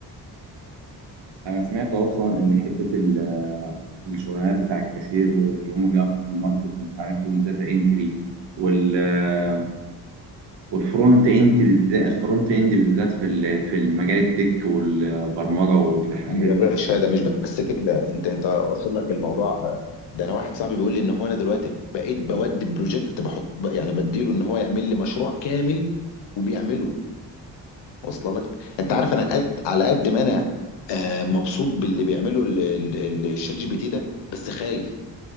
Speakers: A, on the right; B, on the left.
A: انا سمعت اصلا ان حته ال- آه، الشغلانات بتاع الكاشير واللي هم بيقفوا في الماركت ومش عارف ايه والداتا انتري وال آه، والفرونت اند بالذات الفرونت اند بالذات في ال- في المجال التك والبرمجه والحاجات
B: يا باشا
A: دي
B: ده مش بس كده انت انت واصل لك الموضوع ده انا واحد صاحبي بيقول لي ان هو انا دلوقتي بقيت بودي بروجكت بحط ب- يعني بديله ان هو يعمل لي مشروع كامل وبيعمله واصل لك انت عارف انا قد على قد ما انا آه، مبسوط باللي بيعمله ال- ال- ال- الشات جي بي تي ده بس خايف